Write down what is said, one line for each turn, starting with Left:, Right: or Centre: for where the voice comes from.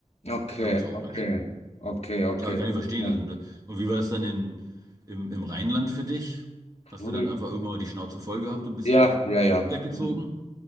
Left: Okay,
Right: Aber traurig.
Left: okay. Okay, okay.
Right: Ja, kann ich verstehen.
Left: Ja,
Right: Und wie war das dann in, im, im Rheinland für dich? Hast
Left: Hm.
Right: du dann einfach irgendwann mal die Schnauze voll gehabt und bist
Left: ja,
Right: auch
Left: ja.
Right: deswegen
Left: ja.
Right: weggezogen?
Left: Also,